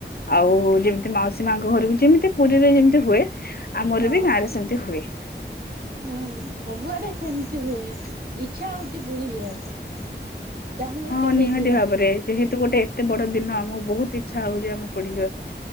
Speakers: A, on the left; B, on the right.
A: ଆଉ ଯେମିତି ମାଉସୀ ମାଙ୍କ ଘରକୁ ଯେମିତି ପୁରୀରେ ଯେମିତି ହୁଏ ଆମର
B: ହଁ
A: ବି ଗାଁ ରେ ସେମିତି ହୁଏ।
B: ହୁଁ, ସବୁଆଡେ ସେମିତି ହୁଏ ଇଚ୍ଛା ହଉଛି ପୁରୀ ଯିବାକୁ। ଚାଲୁନ
A: ହଁ,
B: କେବେ
A: ନିହାତି
B: ଯିବା
A: ଭାବରେ ଯେହେତୁ ଗୋଟେ ଏତେ ବଡ ଦିନ ଆମକୁ ବହୁତ ଇଚ୍ଛା ହଉଛି ଆମେ ପୁରୀ ଯିବାକୁ।